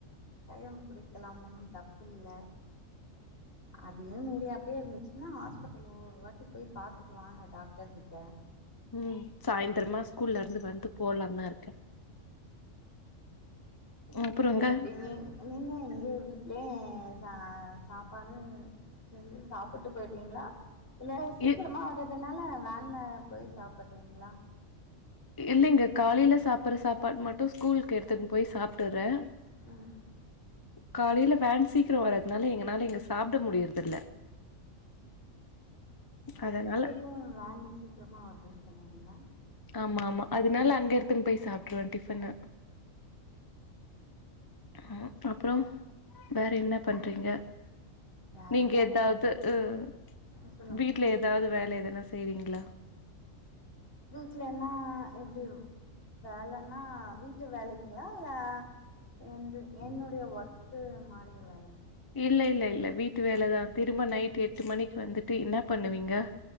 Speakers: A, on the left (about 45°); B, on the left (about 20°).
A: கசாயம் குடிக்கலாம் ஒன்னும் தப்பு இல்ல அதையும் மீறி அப்டியே இருந்துச்சுனா ஹாஸ்பிட்டல்ல ஒரு வாட்டி போய் பாத்துட்டு வாங்க டாக்டர்கிட்ட
B: ம் சாய்ந்தரமா ஸ்கூல்லருந்து வந்து போலான் தா இருக் அப்புறங்க
A: எப்டி நீங் நீங்க எங்க ஒரு ஏ சா சாப்பானு செஞ்சு சாப்புட்டு போய்ட்றீங்ளா இல்ல சீக்கிரமா
B: இ
A: வர்றதுனால வேன்ல போயி சாப்புட்றீங்ளா
B: இல்லைங்க காலைல சாப்புட்ற சாப்பாடு மட்டு ஸ்கூலுக்கு எடுத்துன் போயி சாப்ட்டுறே
A: ம்
B: காலைல வேன் சீக்கிர வர்றதுனால எங்கனால எங்க ஸ் சாப்ட முடியற்தில்ல அதனால
A: ஸகூல் வேன் சீக் க்கரமா வருதுன் சொன்னாங்கெ
B: ஆமாம்மா அதுனால அங்க எடுத்துன் போயி சாப்ட்ருவே டிஃபனு ஆ அப்றோ வேற என்ன பண்றீங்க
A: வேற
B: நீங்க
A: என்னங்க
B: எதாவ்து
A: பண்ண
B: ம்
A: ம் சொல்லுங்க
B: வீட்ல எதாவ்து வேல எதனா செய்றீங்ளா
A: வீட்லனா எப்டி வேலன்னா வீட்டு வேலைங்களா இல்ல என்து என்னுடய ஒர்க்கு மாரிங்ளா
B: இல்ல இல்ல இல்ல வீட்டு வேலதா திரும்ப நைட்டு் எட்டு மணிக்கு வந்துட்டு என்னா பண்ணுவீங்க